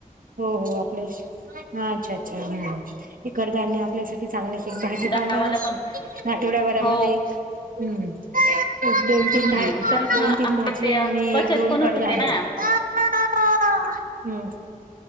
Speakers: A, on the right; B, on the left.
A: हो हो आपल्या अच्छा अच्छा कडधान्ये ते आपल्यासांठी चांगले एक भाजी
B: गावाला
A: पाला
B: पण
A: आठवड्यां भरांमंध्ये
B: हो
A: हम्म दोन, तीन
B: हम्म
A: भाजी
B: कारण
A: दोन,
B: आपले
A: तीन भाजीयां आणि
B: बचत
A: एक दोन
B: पण
A: कडधान्ये
B: होते ना
A: हम्मं